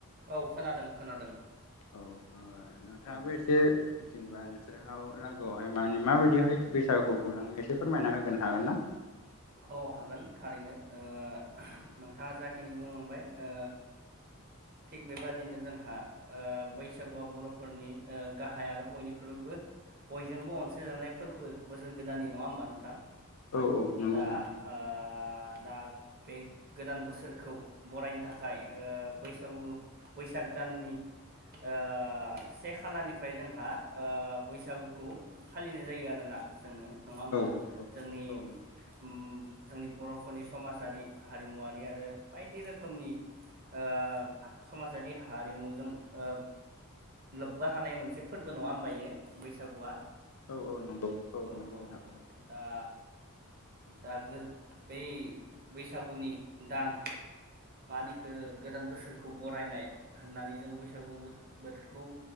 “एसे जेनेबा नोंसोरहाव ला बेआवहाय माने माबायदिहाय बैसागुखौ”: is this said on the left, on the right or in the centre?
Left